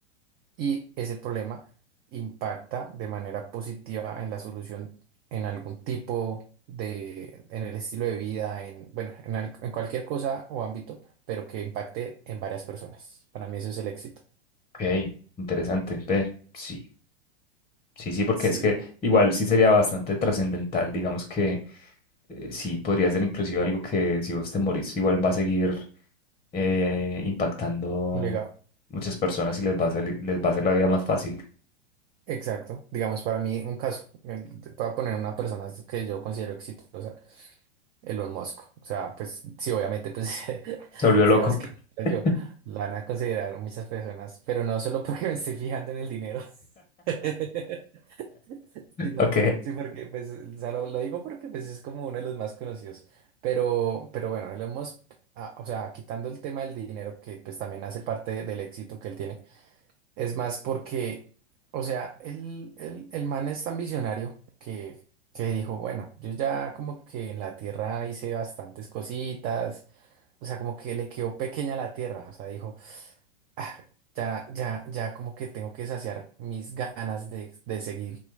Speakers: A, on the right; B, on the left.
A: y ese problema impacta de manera positiva en la solución, en algún tipo de, en el estilo de vida, en, bueno, en, al- en cualquier cosa o ámbito, pero que impacte en varias personas. Para mí eso es el éxito.
B: Ok, interesante, ve, sí. Sí, sí, porque
A: Sí,
B: es que igual sí sería bastante trascendental, digamos que eh, sí podría ser inclusive algo que si vos te morís igual va a seguir eh, impactando
A: un legado.
B: muchas personas y les va a salir- les va a hacer la vida más fácil.
A: Exacto. Digamos, para mí, un caso, el- te voy a poner una persona que yo considero exitosa, Elon Musk. O sea, pues sí, obviamente, pues, <laughs>
B: Se volvió loco.
A: digamos que
B: <laughs>
A: yo, lo van a considerar muchas personas, pero no solo porque me estoy fijando en el dinero, <laughs> sino,
B: Ok.
A: sí, porque, pues, o sea, lo, lo digo porque, pues, es como uno de los más conocidos. Pero, pero bueno, Elon Musk, ah, o sea, quitando el tema del dinero, que, pues, también hace parte del éxito que él tiene. Es más porque, o sea, el, el, el man es tan visionario que, que dijo, bueno, yo ya como que en la Tierra hice bastantes cositas, o sea, como que le quedó pequeña la Tierra, o sea, dijo, "Ah, ya, ya, ya como que tengo que saciar mis ganas de, de seguir